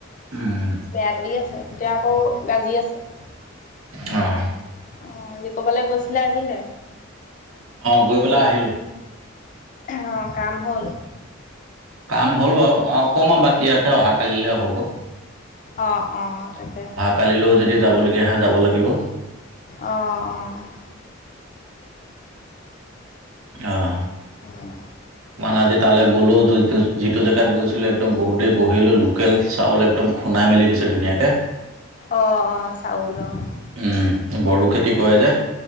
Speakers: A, on the right; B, on the left.
A: উম,
B: বেয়া কৰি আছে, এতিয়া আকৌ গাজি আছে।
A: অ',
B: অ', আজি ক'বালৈ গৈছিলে, আহিলে?
A: অ', গৈ পেলাই আহিলোঁ।
B: অ', কাম হ'ল?
A: কাম হ'ল বাৰু, অকণমান বাকী আছে অহা কালিলে হ'ব।
B: অ', অ', তাকেহে।
A: কালিলেও যদি যাবলগীয়া হয়, যাব লাগিব।
B: অ', অ',
A: অ',
B: হয়
A: মানে আজি তালে গ'লো, য'ত যিটো জেগাত গৈছিলোঁ, একদম বহুত দেৰি বহি ললোঁ। লোকেল চাউল একদম খুন্দাই মেলি দিছে ধুনীয়াকে।
B: অ', অ', চাউল অ'।
A: উম্, বড়ো খেতি কৰে যে।